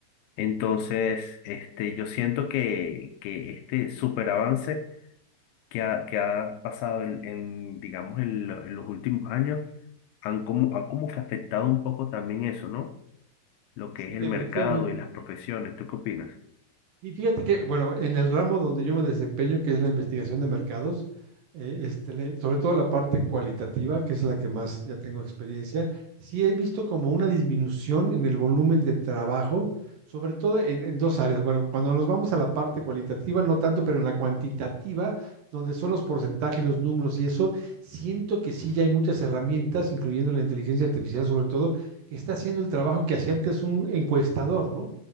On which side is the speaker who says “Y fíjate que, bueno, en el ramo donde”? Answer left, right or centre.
Right